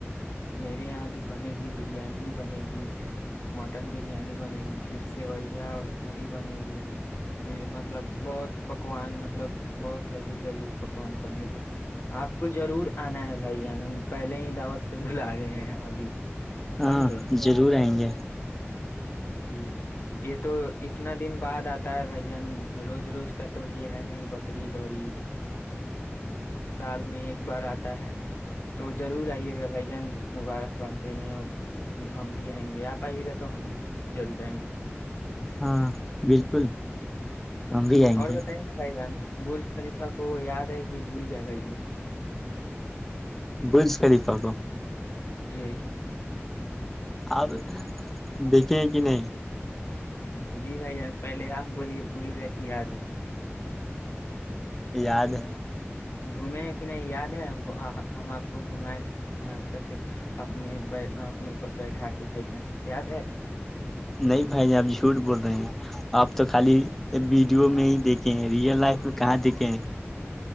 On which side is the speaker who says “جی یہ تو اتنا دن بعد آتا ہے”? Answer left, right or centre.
Left